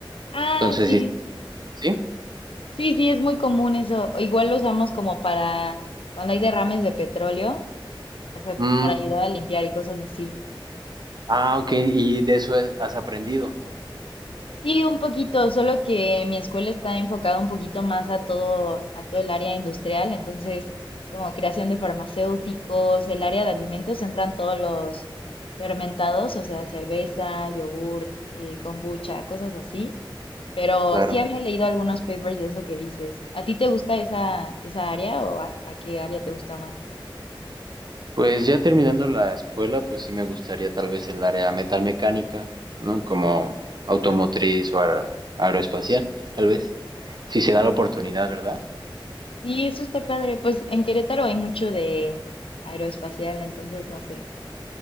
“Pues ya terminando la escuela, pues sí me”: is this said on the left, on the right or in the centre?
Right